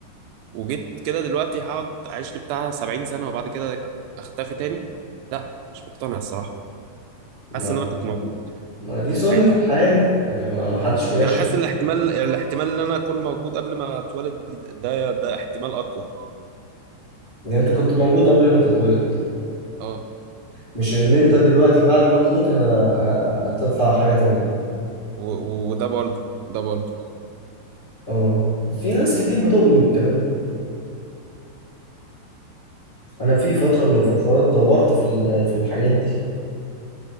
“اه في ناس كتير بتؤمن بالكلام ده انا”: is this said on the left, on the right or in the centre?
Left